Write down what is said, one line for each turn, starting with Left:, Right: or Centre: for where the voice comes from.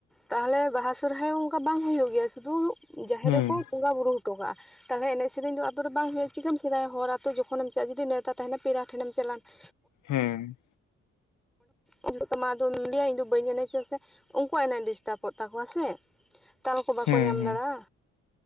Centre: ᱛᱟᱦᱚᱞᱮ ᱵᱟᱦᱟ, ᱥᱚᱨᱦᱟᱭ ᱦᱚᱸ ᱚᱱᱠᱟ ᱵᱟᱝ ᱦᱩᱭᱩᱜ ᱜᱮᱭᱟ᱾ ᱥᱩᱫᱷᱩ ᱡᱟᱦᱮᱨ
Left: ᱦᱮᱸ
Centre: ᱨᱮᱠᱚ ᱵᱚᱸᱜᱟ ᱵᱩᱨᱩ ᱦᱚᱴᱚ ᱠᱟᱜᱼᱟ᱾ ᱛᱟᱦᱚᱞᱮ ᱮᱱᱮᱡ ᱥᱮᱨᱮᱧ ᱫᱚ ᱟᱛᱳ ᱨᱮ ᱵᱟᱝ ᱦᱳᱭᱳᱜᱼᱟ, ᱪᱤᱠᱟᱹᱢ ᱥᱮᱬᱟᱭᱟ? ᱦᱚᱲ ᱟᱛᱳ ᱡᱚᱠᱷᱚᱱᱮᱢ ᱪᱟᱜᱼᱟ ᱡᱩᱫᱤ ᱱᱮᱶᱛᱟ ᱛᱟᱦᱮᱱᱟ ᱯᱮᱲᱟ ᱴᱷᱮᱱᱮᱢ ᱪᱟᱞᱟᱜᱼᱟ᱾ <unintelligible>
Left: ᱦᱮᱸ᱾
Centre: ᱚᱸᱰᱮ <unintelligible> ᱛᱟᱢᱟ ᱟᱫᱚᱢ ᱞᱟᱹᱭᱟ ᱤᱧᱫᱚ ᱵᱟᱹᱧ ᱮᱱᱮᱡᱟ ᱥᱮ, ᱩᱱᱠᱩᱣᱟᱜ ᱮᱱᱮᱡ ᱰᱤᱥᱴᱟᱵᱚᱜ ᱛᱟᱠᱚᱣᱟ ᱥᱮ᱾ ᱛᱟᱞ ᱠᱚ ᱵᱟᱠᱚ
Left: ᱦᱮᱸ
Centre: ᱧᱟᱢ
Left: ᱦᱮᱸ
Centre: ᱫᱟᱲᱮᱜᱼᱟ᱾